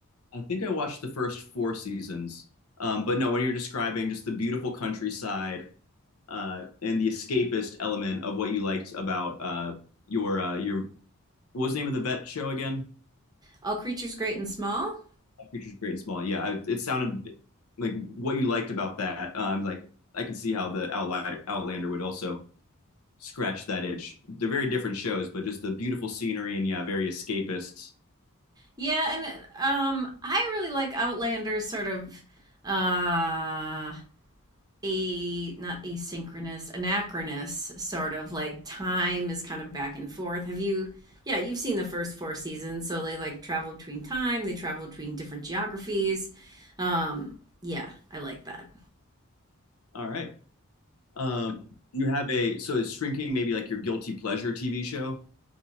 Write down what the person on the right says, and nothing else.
All creatures great and small.
Yeah, and um, I really like Outlander's sort of uh a not asynchronous, anachronous sort of like time is kind of back and forth. Have you? Yeah, you've seen the first four seasons, so they like travel between time. They travel between different geographies. Um, yeah, I like that.